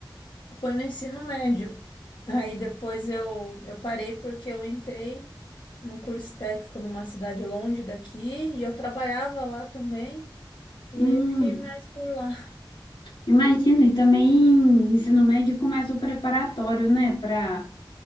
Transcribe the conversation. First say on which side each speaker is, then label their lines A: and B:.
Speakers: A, on the left (about 70°); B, on the left (about 85°).
A: Foi no ensino médio. Aí depois eu, eu parei porque eu entrei. num curso técnico numa cidade longe daqui e eu trabalhava lá também. E
B: Hum,
A: aí eu fiquei mais por lá. <laughs>
B: imagino. E também ensino médio começa o preparatório, né? Para